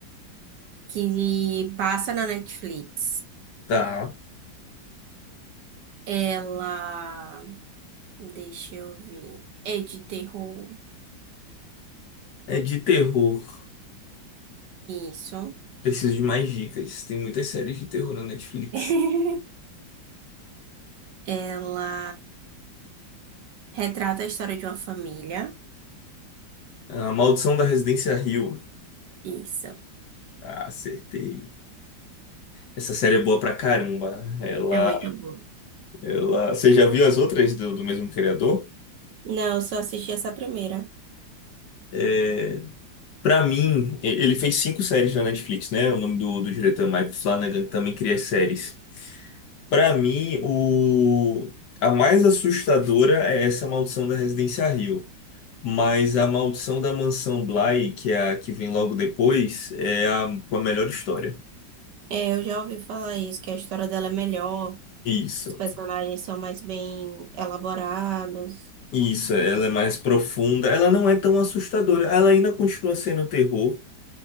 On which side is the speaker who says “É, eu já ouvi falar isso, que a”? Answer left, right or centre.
Right